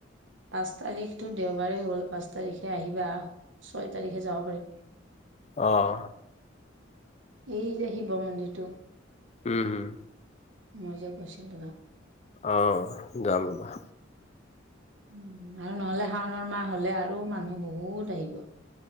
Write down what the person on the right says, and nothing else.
পাঁচ তাৰিখটো দেওবাৰেেই হল। পাঁচ তাৰিখে আহিবা ছয় তাৰিখে যাব পাৰিম।
এই যে শিৱ মন্দিৰটো
মই যে কৈছিলো
উম আৰু নহলে শাওণৰ মাহ হলে আৰু মানুহ বহুত আহিব।